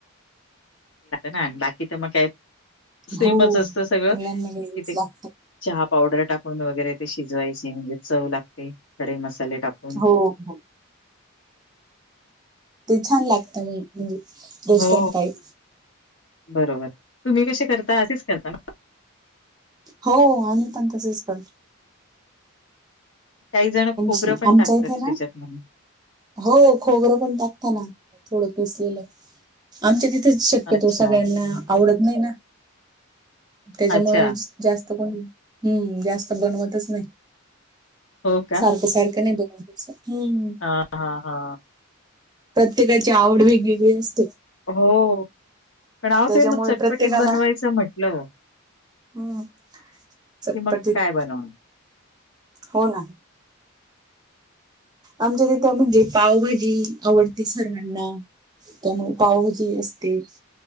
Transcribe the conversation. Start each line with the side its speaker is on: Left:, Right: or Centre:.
Left: ना आणि बाकी तर मग काय सेमच
Right: हो.
Left: असत सगळं
Right: मुलांना वेगळंच
Left: इथे
Right: लागतं.
Left: चहा पावडर टाक ून वगैरे ते शिजवायचे म्हणजे चव लागते खडे मसाले टाकते.
Right: हो हो. ते छान लागतं म्हणजे रेस्टॉरंट
Left: हो
Right: टाईप
Left: बरोबर तुम्ही कसे करता असेच करताना
Right: हो आम्ही पण तसेच करतो.
Left: काही जण खोबरं
Right: श-
Left: पण
Right: आमच्या
Left: टाकतात
Right: इथे
Left: त्याच्यात
Right: ना
Left: म
Right: हो खोबरं पण टाकता ना थोडं पिसलेलं.. आमच्या तिथेच शक्यतो
Left: अच्छा,
Right: सगळ्यांना आवडत नाही ना त्याच्यामुळे
Left: अच्छा
Right: जास्त कोण हम्म जास्त बनवतच नाही.
Left: हो का?
Right: सारक सरक नाही बोल हम्
Left: हा हा हा
Right: प्रत्येकाची आवड वेगेगळी असते.
Left: हो पण ह
Right: त्याच्यामुळे
Left: ते मग चटपटीत
Right: प्रत्येकाला
Left: बनवायचं म्हटलं
Right: हम्म चटपटीत
Left: क मग काय बनवनार.
Right: हो ना आमच्या तिथे म्हणजे पावभाजी आवडते सर्वांना त्यामुळे पावभजी असते.